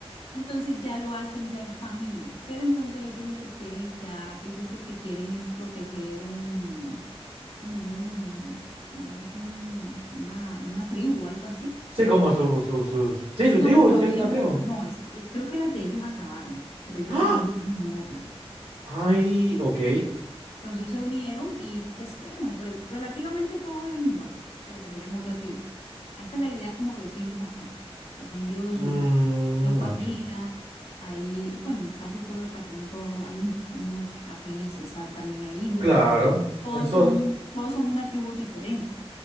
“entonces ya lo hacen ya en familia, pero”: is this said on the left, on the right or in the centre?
Left